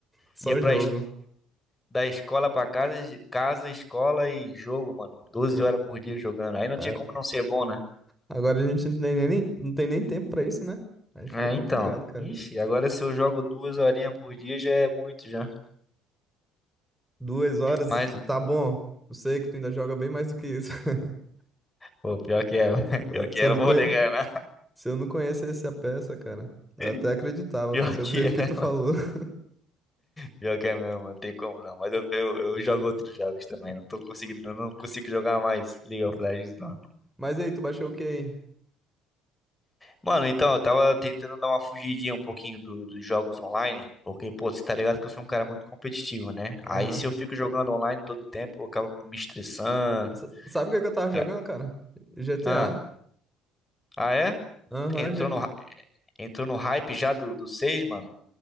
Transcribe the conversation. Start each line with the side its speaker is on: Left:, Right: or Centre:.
Centre: Só
Left: ia para
Centre: jogo.
Left: da escola pra casa, de casa, escola e jogo, mano. doze
Centre: Ah,
Left: horas por dia jogando. Aí não
Centre: ah,
Left: tinha como não ser bom, né?
Centre: Agora a gente não tem nem, não tem nem tempo pra isso, né? Aí fica
Left: É,
Centre: complicado,
Left: então.
Centre: cara.
Left: Ixi, agora se eu jogo duas horinhas por dia já é muito já.
Centre: Duas horas,
Left: Mas,
Centre: tá bom. Eu sei que tu ainda joga bem mais do que isso. <laughs>
Left: pô, pior que é. <laughs>
Centre: Eu-
Left: Pior que
Centre: Se
Left: é,
Centre: eu não
Left: não vou
Centre: conhe...
Left: negar, não.
Centre: Se eu não conhecesse a peça, cara, eu
Left: <laughs>
Centre: até acreditava,
Left: Pior
Centre: pelo
Left: que
Centre: jeito
Left: é.
Centre: que tu falou. <laughs>
Left: Pior que é mesmo, não tem como não. Mas eu, eu, eu jogo outros jogos também. Não tô conseguindo, eu não consigo jogar mais League of Legends, não.
Centre: Mas e aí, tu baixou o que aí?
Left: Mano, então, eu tava tentando dar uma fugidinha um pouquinho do- dos jogos online, porque, pô, você tá ligado que eu sou um cara muito competitivo, né?
Centre: Aham.
Left: Aí se eu fico jogando online todo o tempo, eu acabo me estressando.
Centre: S- Sabe o que é que eu tava
Left: Ca-
Centre: jogando, cara? GTA.
Left: Ah, ah é?
Centre: Aham,
Left: Entrou
Centre: G...
Left: no, hy- entrou no hype já do, do 6, mano?